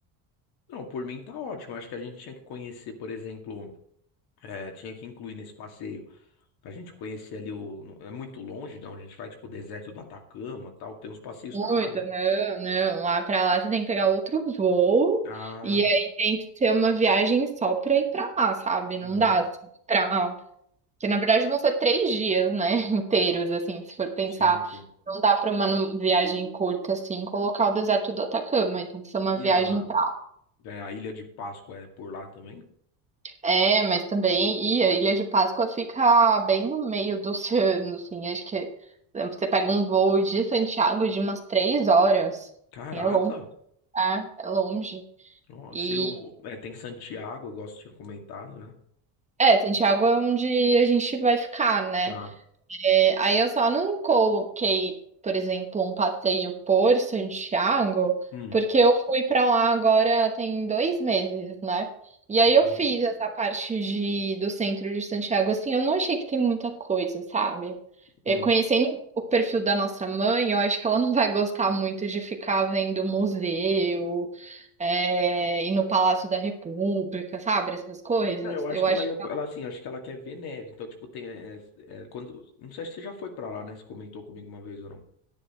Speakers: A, on the left; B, on the right.
A: Não, por mim tá ótimo. Eu Acho que a gente tinha que conhecer, por exemplo, é, tinha que incluir nesse passeio pra gente conhecer ali o. no- É muito longe da onde a gente vai, tipo, o deserto do Atacama, tal. Tem uns passeios
B: Muito,
A: pra lá, né?
B: não, não. Lá pra lá você tem que pegar outro voo.
A: Ah,
B: E aí tem que ser uma viagem só pra ir pra lá, sabe?
A: uhum.
B: Não dá assim, pra Que na verdade vão ser três dias, né? <laughs> Inteiros, assim, se for pensar.
A: Sim, sim.
B: Não dá pra uma viagem curta, assim, colocar o deserto do Atacama. Tem que ser uma
A: E
B: viagem
A: a,
B: pra.
A: é, a Ilha de Páscoa é por lá também?
B: É, mas também. E a Ilha de Páscoa fica bem no meio do oceano, assim. Acho que você pega um voo de Santiago de umas três horas.
A: Caraca!
B: assim, É longo. É, é longe.
A: Nossa,
B: E.
A: eu. É, tem Santiago, eu gosto de tinha comentado, né?
B: É, Santiago é onde a gente vai ficar, né?
A: Tá.
B: É, aí eu só não coloquei, por exemplo, um passeio por Santiago,
A: Hum.
B: porque eu fui pra lá agora tem dois meses, né? E aí
A: Uhum.
B: eu fiz essa parte de, do centro de Santiago, assim, eu não achei que tem muita coisa, sabe? É,
A: Hum.
B: conhecendo o perfil da nossa mãe, eu acho que ela não vai gostar muito de ficar vendo museu, é, ir no Palácio da República, sabe? Essas coisas.
A: Não, eu acho
B: Eu
A: que
B: acho
A: ela ia, ela assim, acho que ela quer ver neve. Então, tipo, tem é, é, é, quando, não sei se você já foi pra lá, né? Você comentou comigo uma vez ou não.